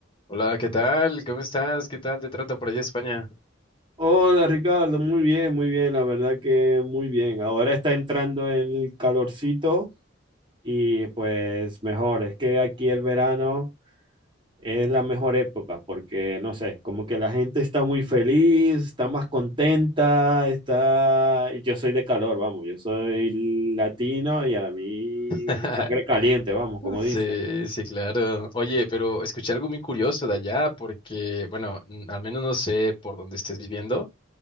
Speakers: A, on the left; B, on the right.
A: Hola, ¿qué tal? ¿Cómo estás? ¿Qué tal te trata por allá España?
B: Hola Ricardo, muy bien, muy bien, la verdad que muy bien. Ahora está entrando el calorcito y pues mejor, es que aquí el verano es la mejor época porque no sé, como que la gente está muy feliz, está más contenta, está... y Yo soy de calor, vamos, yo soy latino y a mí
A: <laughs>
B: sangre caliente, vamos, como
A: Sí,
B: dicen.
A: sí, claro. Oye, pero escuché algo muy curioso de allá porque, bueno, n- al menos no sé por dónde estés viviendo,